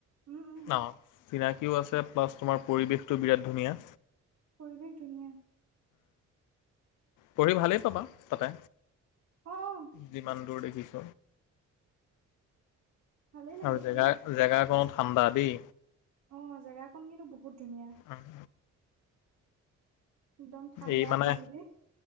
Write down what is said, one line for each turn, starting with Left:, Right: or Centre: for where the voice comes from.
Right: উম- উম-
Left: অ'। চিনাকিও আছে <unintelligible> তোমাৰ পৰিৱেশটো বিৰাট ধুনীয়া।
Right: পৰিৱেশ ধুনীয়া।
Left: পঢ়ি ভালেই পাবা- তাতে।
Right: অ অ
Left: যিমান দূৰ দেখি <unintelligible>
Right: ভালেই লাগিব
Left: আৰু জেগা-জেগাকনত
Right: পঢ়ি
Left: ঠাণ্ডা দেই।
Right: অ' জেগাখন কিন্তু বহুত ধুনীয়া
Left: উম।
Right: একদম ঠাণ্ডা
Left: এই মানে
Right: পৰিৱেশ।